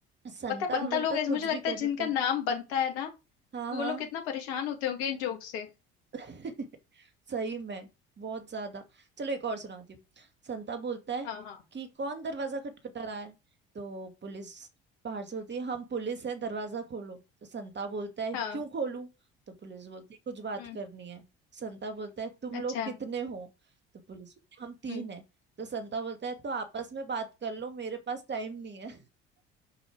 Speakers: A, on the right; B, on the left.
A: संता
B: पता है बनता
A: बंता
B: लोग
A: कुछ
B: ऐसे मुझे
A: भी
B: लगता
A: कर
B: है जिनका
A: सकते
B: नाम
A: हैं
B: बनता है ना
A: हाँ
B: वो
A: हाँ
B: लोग कितना परेशान होते होंगे इन जोक से
A: <laughs> सही में बहुत ज्यादा चलो एक और सुनाती हूँ संता बोलता है
B: हाँ हाँ
A: कि कौन दरवाजा खटखटा रहा है तो पुलिस बाहर से बोलती है हम पुलिस हैं दरवाजा खोलो तो संता बोलता है
B: हाँ
A: क्यों खोलूं तो पुलिस बोलती है कुछ बात
B: हम्म
A: करनी है संता बोलता है तुम लोग
B: अच्छा
A: कितने हो तो पुलिस बोलती है हम तीन
B: हम्म
A: हैं तो संता बोलता है तो आपस में बात कर लो मेरे पास टाइम नहीं है